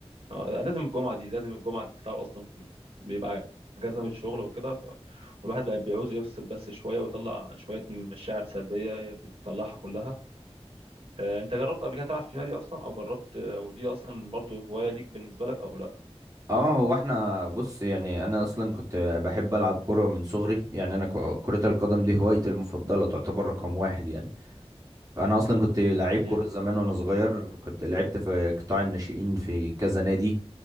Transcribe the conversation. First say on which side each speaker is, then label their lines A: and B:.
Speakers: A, on the right; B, on the right.
A: آه، لازم الجمعة دي لازم الجمعة تتلعب أصلا فيها بيبقى أجازة من الشغل وكده ف... والواحد بقى بيعوز يفصل بس شوية ويطلع شوية مشاعر سلبية بتطلعها كلها آه، انت جربت قبل كده تلعب في نادي اصلا او جربت آه، او دي اصلا برضو هواية ليك بالنسبة لك او لا
B: اه هو احنا بص يعني انا اصلا كنت بحب العب كورة من صغري يعني انا ك- كرة القدم دي هوايتي المفضلة تعتبر رقم واحد يعني انا اصلا كنت لعيب كوره
A: امم
B: زمان وانا صغير كنت لعبت في قطاع الناشئين في كذا نادي